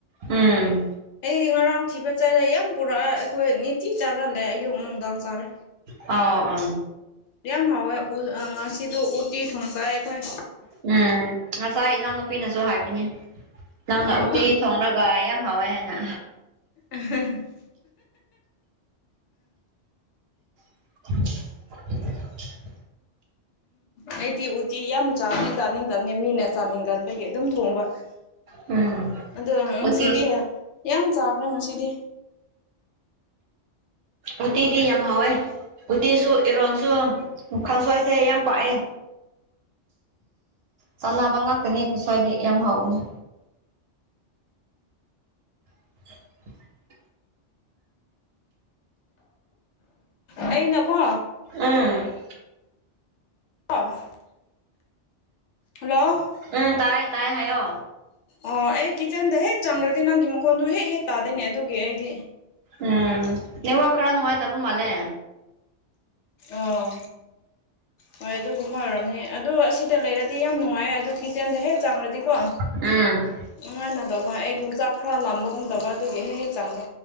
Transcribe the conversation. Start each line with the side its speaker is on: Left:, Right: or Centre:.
Right: ꯎꯝ
Left: ꯑꯩ ꯉꯔꯥꯡ ꯊꯤꯕ ꯆꯔꯦ ꯌꯥꯝ ꯄꯨꯔꯛꯑ ꯑꯩꯈꯣꯏ ꯅꯤꯇꯤ ꯆꯥꯔꯜꯂꯦ ꯑꯌꯨꯛ ꯅꯨꯡꯗꯥꯡ ꯆꯥꯔꯦ
Right: ꯑ ꯑꯥ
Left: ꯌꯥꯝ ꯍꯥꯎꯋꯦ ꯉꯁꯤꯗ ꯎꯠꯇꯤ ꯊꯣꯡꯆꯥꯏ ꯑꯩꯈꯣꯏ
Right: ꯎꯝ ꯉꯁꯥꯏ ꯏꯅꯥꯎꯅꯨꯄꯤꯅꯁꯨ ꯍꯥꯏꯕꯅꯤ ꯅꯪꯅ
Left: ꯑꯣ
Right: ꯎꯇꯤ ꯊꯣꯡꯡꯂꯒ ꯌꯥꯝ ꯍꯥꯎꯋꯦ ꯍꯥꯏꯅ
Left: <unintelligible>
Right: <unintelligible>
Left: ꯑꯩꯗꯤ ꯎꯇꯤ ꯌꯥꯝ ꯆꯥꯅꯤ ꯆꯥꯅꯤꯡꯗꯕꯅꯤ ꯃꯤꯅ ꯆꯥꯅꯤꯡꯗꯕꯒꯤ ꯑꯗꯨꯝ ꯊꯣꯡꯕ
Right: ꯎꯝ
Left: ꯑꯗꯣ
Right: ꯎꯇꯤ
Left: ꯁꯤꯗꯤ ꯌꯥꯝ ꯆꯥꯈ꯭ꯔꯦ ꯉꯁꯤꯗꯤ
Right: ꯎꯇꯤꯗꯤ ꯌꯥꯝ ꯍꯥꯎꯋꯦ ꯎꯇꯤꯁꯨ ꯏꯔꯣꯟꯁꯨ ꯃꯈꯪ ꯁ ꯑꯩꯁꯦ ꯌꯥꯝ ꯄꯥꯛꯑꯦ ꯆꯥꯟꯅꯕ ꯉꯥꯛꯇꯅꯦꯀ ꯁ꯭ꯋꯥꯏꯗ ꯌꯥꯝ ꯍꯥꯎꯋꯅꯤ <unintelligible>
Left: ꯑꯩꯅꯀꯣ
Right: ꯎꯝ <unintelligible>
Left: ꯋꯥ <unintelligible> ꯍꯜꯂꯣ
Right: ꯎꯝ ꯇꯥꯏ ꯇꯥꯏ ꯍꯥꯏꯌꯣ
Left: ꯑꯣ ꯑꯩ ꯀꯤꯠꯆꯟꯗ ꯍꯦꯛ ꯆꯪꯈ꯭ꯔꯗꯤ ꯅꯪꯒꯤ ꯃꯈꯣꯟꯗꯨꯣ ꯍꯦꯛ ꯍꯦꯛ ꯇꯥꯗꯣꯏꯅꯦ ꯑꯗꯨꯒꯤ ꯑꯩꯗꯤ
Right: ꯎꯝ ꯅꯉ ꯈꯔ ꯅꯍꯥꯏ ꯇꯕꯨ ꯃꯂꯦ
Left: ꯑꯣ ꯍꯣꯏ ꯑꯗꯨꯒꯨꯝ ꯑꯣꯏꯔꯅꯤ ꯑꯗꯣ ꯑꯁꯤꯗ ꯂꯩꯔꯗꯤ ꯌꯥꯝ ꯅꯨꯡꯉꯥꯏꯌꯦ ꯑꯗꯨꯣ ꯀꯤꯠꯆꯦꯟꯗ ꯍꯦꯛ ꯆꯥꯡꯔꯗꯤꯀꯣ
Right: <unintelligible> ꯎꯝ
Left: ꯅꯨꯡꯉꯥꯏꯅꯗꯧꯕ ꯑꯩ ꯌꯣꯡꯆꯥꯛ ꯈꯔ ꯂꯥꯟꯕꯒꯨꯝꯗꯕ ꯑꯗꯨꯒꯤ ꯍꯦꯛ ꯍꯦꯛ ꯆꯥꯟꯕ